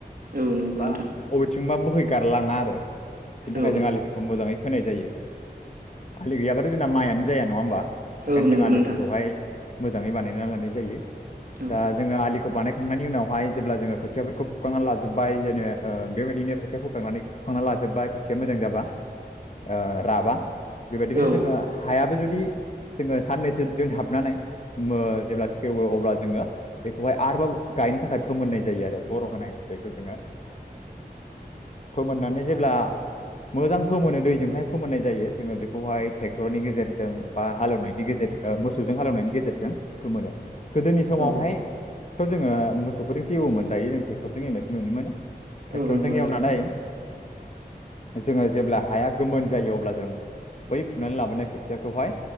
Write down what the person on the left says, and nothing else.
बा
बबेथिंबा बोहैगारलाङा आरो बिनि थाखाय
जों आलिफोरखौ मोजाङै खोनाय जायो आलि गैयाबाथ' जोंना माइआनो जाया नङा होमबा ओंखायनो
जों आलिफोरखौहाय
मोजाङै बानायनानै ला नाय जायो।
दा जोङो आलिखौ बानायखांनायनि उनावहाय जेब्ला जोङो खोथियाफोरखौ फुखांनानै लाजोबबाय जेनो बेबायदिनो खोथिया फुखांनानै फुखांनानै लाजोबबाय खोथिया मोजां जाबा ओ राबा बेबायदिनो
जोङो हायाबो जुदि जोङो साननैसो दोनथाबनानै मो जेब्ला सेवो अब्ला जोङो बेखौहाय आरोबाव गायनो थाखाय फोमोननाय जायो आरो बर' होनाय बेखौ जोङो फोमोननानै जेब्ला मोजां फोमोनो दैजोंहाय फोमोननाय जायो जोङो बेखौहाय ट्रेक्टरनि गेजेरजों बा हालेवनायनि गेजेरजों ओ मोसौजों हालेवनायनि गेजेरजों फोमोनो गोदोनि समावहाय
थ' जोङो मोसौफोरजोंसो एवोमोन दायो जों टेक्टरजों एवनायखौ नु मोनो ट्रेक्टरजों
एवनानै जोङो जेब्ला हाया गोमोन जायो अब्ला जों बै फुनानै लाबोनाय खोथियाखौहाय